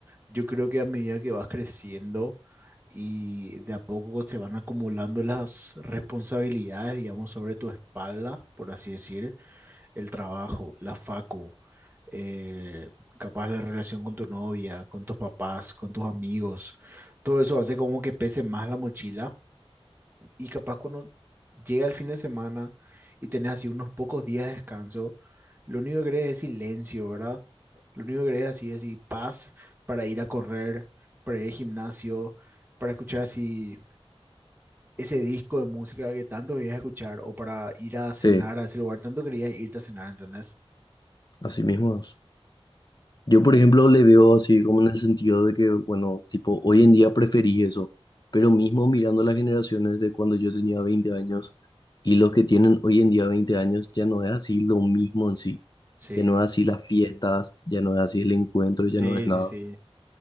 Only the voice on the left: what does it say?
Sí,
así mismo es. Yo, por ejemplo, le veo así como en el sentido de que, bueno, tipo, hoy en día preferí eso, pero mismo mirando las generaciones de cuando yo tenía 20 años y los que tienen hoy en día 20 años, ya no es así lo mismo en sí,
ya no es así las fiestas, ya no es así el encuentro, ya
no es nada.